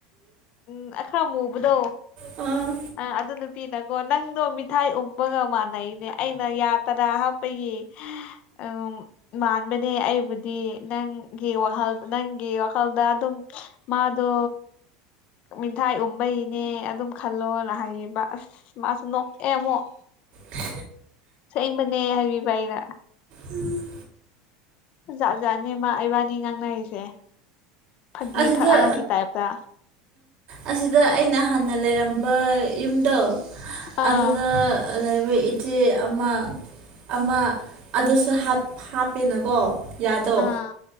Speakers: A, on the left (about 45°); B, on the right (about 50°).
A: ꯎꯝ ꯑꯈꯔ ꯃꯨꯕꯗꯣ
B: ꯑꯥ
A: ꯑ ꯑꯗꯨ ꯅꯨꯄꯤꯅꯀꯣ ꯅꯪꯗꯣ ꯃꯤꯊꯥꯏ ꯎꯨꯝꯕꯒ ꯃꯥꯟꯅꯩꯅꯦ ꯑꯩꯅ ꯌꯥꯇꯔꯥ ꯄꯒꯤ ꯎ ꯃꯥꯟꯕꯅꯦ ꯑꯩꯕꯨꯗꯤ ꯅꯪꯒꯤ ꯋꯥꯍꯜ ꯅꯪꯒꯤ ꯋꯥꯈꯜꯗ ꯑꯗꯨꯝ ꯃꯥꯗꯣ ꯃꯤꯡꯊꯥꯏ ꯎꯕꯩꯅꯦ ꯑꯗꯨꯝ ꯈꯜꯂꯣꯅ ꯍꯥꯏꯔꯤꯕ ꯑꯁ ꯃꯥꯁꯨ ꯅꯣꯛꯑꯦ ꯑꯃꯨꯛ
B: ꯎꯝ
A: ꯁꯦꯡꯕꯅꯦ ꯍꯥꯏꯕꯤꯕ ꯑꯩꯅ
B: ꯎꯝ
A: ꯖꯥꯠ ꯖꯥꯠꯅꯦ ꯃꯥ ꯏꯕꯥꯅꯤ ꯉꯥꯡꯅꯔꯤꯁꯦ ꯐꯥꯒꯤ
B: ꯑꯁꯗ
A: ꯐꯔꯥꯡꯒꯤ ꯇꯥꯏꯞꯇ
B: ꯑꯁꯤꯗ ꯑꯩꯅ ꯍꯥꯟꯅ ꯂꯩꯔꯝꯕ ꯌꯨꯝꯗꯣ
A: ꯑꯥ
B: ꯑꯗꯨꯗ ꯂꯩꯔꯝꯕ ꯏꯆꯦ ꯑꯃ ꯑꯃ ꯑꯗꯨꯁꯨ ꯍꯥꯞꯄꯦꯅꯀꯣ ꯌꯥꯗꯣ
A: ꯑꯥ